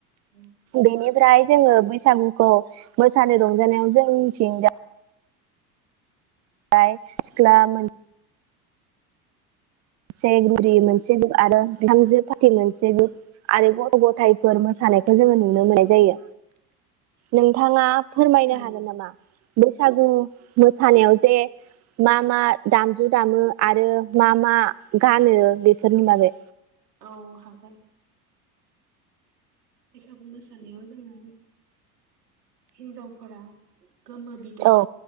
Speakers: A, on the right; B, on the right.
A: औ
B: बेनिफ्राय जोङो बैसागुखौ मोसानो रंजानायाव जों मिथिंगा <unintelligible> सिख्ला मोन सेगुरि मोनसे ग्रुब आरो बिहामजो पारटि मोनसे ग्रुब आरो गथ' गथायफोर मोसानायखौ जोङो नुनो मोननाय जायो। नों थाङा फोरमायनो
A: गासैमोनबो
B: हागोन नामा? बैसागु मोसानायाव जे मा मा दामजु दामो आरो मा मा गानो बेफोरनि बागै?
A: औ हागोन। बैसागु मोसानायाव जोङो हिन्जावफोरा गोमो बिदन
B: औ